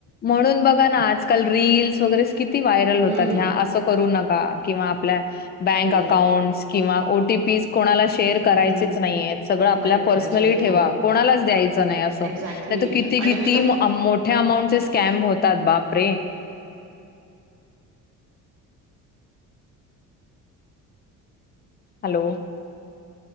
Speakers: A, on the left; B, on the right.
A: म्हणून बघा ना आजकाल रीलस वगैरे किती व्हायरल
B: हम्म
A: होतात ह्या असं करू नका. किंवा आपल्या बँक
B: हो
A: अकाउंट्स किंवा ओ टीी. पीस कोणाला शेअर
B: हम्म
A: करायचीच नाहीय सगळं आपल्या
B: नाही करायचे
A: पर्सनली
B: आहेत
A: ठेवा
B: हो
A: कोणालाच द्यायचं नाही असं.
B: एक्झॅक्टली
A: नाही तर किती
B: आणि
A: किती
B: मी तर
A: मोठ्या अमाऊंटचे स्कॅम होतात बापरे. हॅलो.